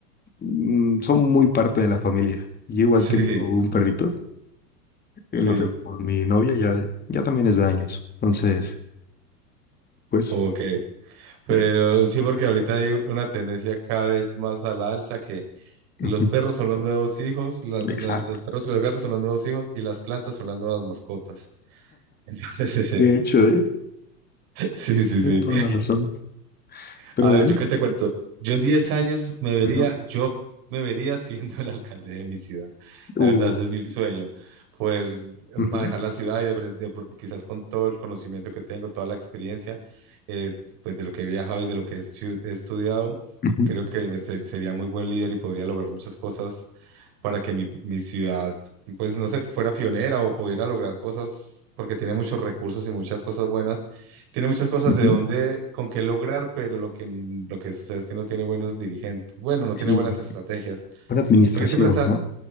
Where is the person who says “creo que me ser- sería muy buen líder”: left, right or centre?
Right